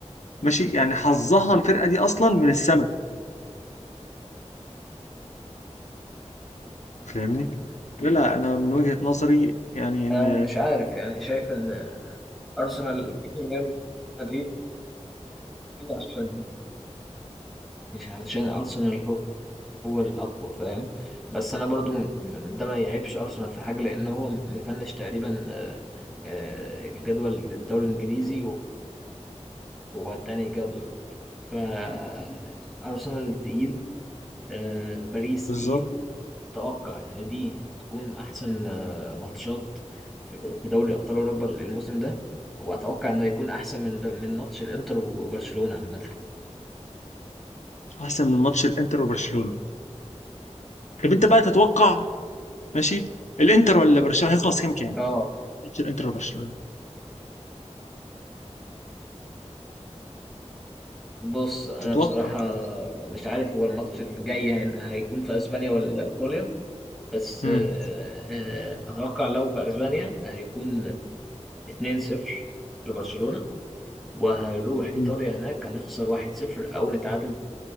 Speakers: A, on the left; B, in the centre.
A: ماشي يعني حظها الفرقه دي اصلا من السما فاهمني لا انا من وجهه نظري يعني ان
B: انا مش عارف يعني شايف ان ارسنال من ريال مدريد عشان مش علشان ارسنال هو هو الاقوى فاهم بس انا برضو م- م- ده ما يعيبش ارسنال في حاجه لان هو مفنش تقريبا آه، آه، الجدول الدوري الانجليزي والتاني جدول فأرسنال تقيل آه، باريس
A: بالظبط
B: تقيل أتوقع إن دي هتكون أحسن آه، ماتشات في في دوري أبطال أوروبا الموسم ده وأتوقع إنه يكون أحسن من من ماتش الإنتر وبرشلونة عامة
A: احسن من ماتش الانتر وبرشلونه طب انت بقى تتوقع ماشي الانتر ولا برشلونه هيخلص كام كام
B: اه
A: ماتش الانتر وبرشلونه
B: بص أنا
A: تتوقع
B: بصراحة
A: كده
B: مش عارف هو الماتش الجاي هين- هيكون في أسبانيا ولا إيطاليا بس
A: امم
B: آه، آه، أتوقع لو في أسبانيا هيكون 2-0 لبرشلونة وهنروح ايطاليا
A: مم.
B: هناك هنخسر 1-0 او نتعادل